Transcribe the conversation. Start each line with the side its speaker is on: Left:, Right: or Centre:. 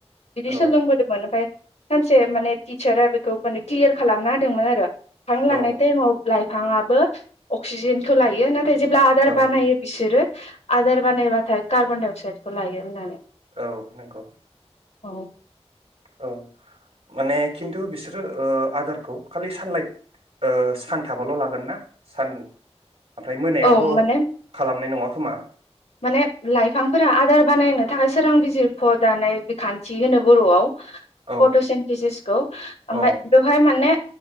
Left: बिदि
Right: औ
Left: सोलोंबोदोंमोन ओमफ्राय सानसे माने टिचारा बेखौ माने क्लियार खालामना होदोंमोन आरो हां लानाय
Right: औ
Left: टाइमाव लाइफाङाबो अक्सिजेनखौ लायो नाथाय नथाय जेब्ला आदार
Right: औ
Left: बानायो बिसोरो आदार बानायबाथाय कार्बन डाइ अक्साइदखौ लायो होननानै।
Right: औ नंगौ।
Left: औ।
Right: औ माने खिन्थु बिसोरो आदारखौ खालि सानलाइट सान थाबाल लागोन ना सान ओमफ्राय मोनायावथ
Left: औ माने
Right: खालामनाय नङा। समा
Left: माने लाइफां फोरा आदार बानायनो थाखाय सोरां बिजिरख दानाय बिखान्थि होनो बरआव।
Right: औ
Left: फटसेन्टेसिसखौ ओमफ्राय
Right: औ
Left: बेवहाय माने